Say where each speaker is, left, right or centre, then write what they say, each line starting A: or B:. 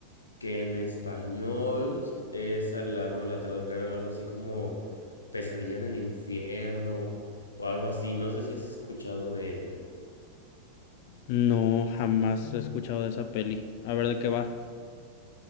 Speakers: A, on the left (about 75°); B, on the left (about 50°).
A: que en español es a la, bueno, la tradujeron algo así como Pesadilla en el infierno o algo así. No sé si has escuchado de ella.
B: No, jamás he escuchado de esa peli. A ver de qué va.